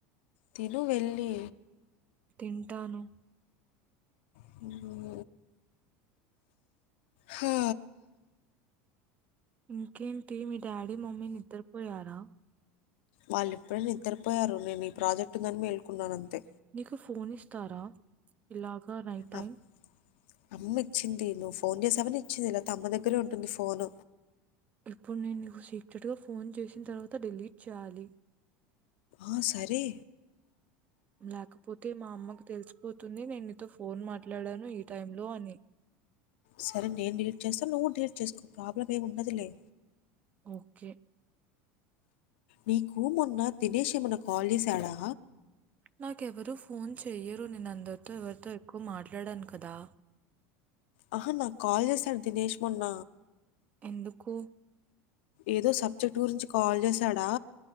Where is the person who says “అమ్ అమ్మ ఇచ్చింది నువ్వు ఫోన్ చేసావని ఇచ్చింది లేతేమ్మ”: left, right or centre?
Left